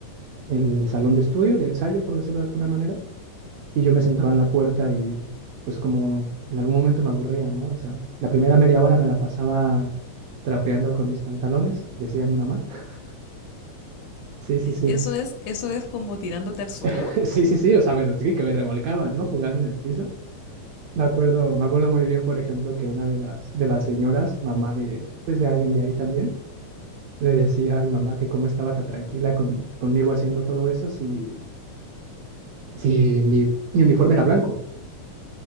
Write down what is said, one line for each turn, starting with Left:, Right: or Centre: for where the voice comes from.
Right: el salón de estudio, de ensayo, por decirlo de alguna manera y yo me sentaba en la puerta y pues como en algún momento me aburría, ¿no? O sea, la primera media hora me la pasaba trapeando con mis pantalones, decía mi mamá. <laughs> Sí, sí, sí.
Left: Eso es, eso es como tirándote al suelo.
Right: <laughs> Sí, sí, sí, o sea, me, sí, que me revolcaba, ¿no? Jugando en el piso. Me acuerdo, me acuerdo muy bien, por ejemplo, que una de las, de las señoras, mamá de, pues de alguien de ahí también, le decía a mi mamá que cómo estaba tan tranquila con, conmigo haciendo todo eso si, si mi, mi uniforme era blanco.